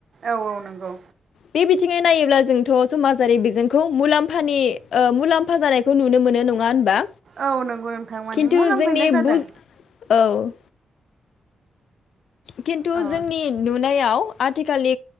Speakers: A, on the right; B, on the left.
A: औ औ नंगौ
B: बे बिथिङै नायोब्ला जोंथ' समाजारि बिजोंखौ मुलाम्फानि मुलाम्फा जानायखौ बे खौ नुनो मोनो नङा होनबा
A: औ नंगौ नोंथां मानि
B: खिन्थु
A: मुलामफायनाय
B: जोंनि
A: जादों
B: बुज औ खिन्थु
A: औ
B: जोंनि नुनायाव आथिखालनि